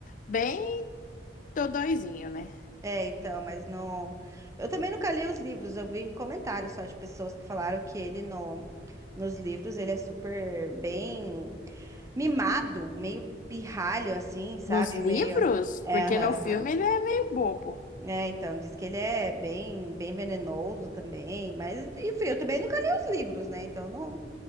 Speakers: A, on the left; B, on the right.
A: bem dodóizinho, né?
B: É, então, mas no... Eu também nunca li os livros, eu vi comentários só de pessoas que falaram que ele no... nos livros ele é super bem mimado, meio pirralho, assim, sabe?
A: Nos livros,
B: Meio... É,
A: porque
B: aham.
A: no filme ele é meio bobo.
B: É, então, diz que ele é bem, bem venenoso também, mas enfim, eu também nunca li os livros, né? Então não,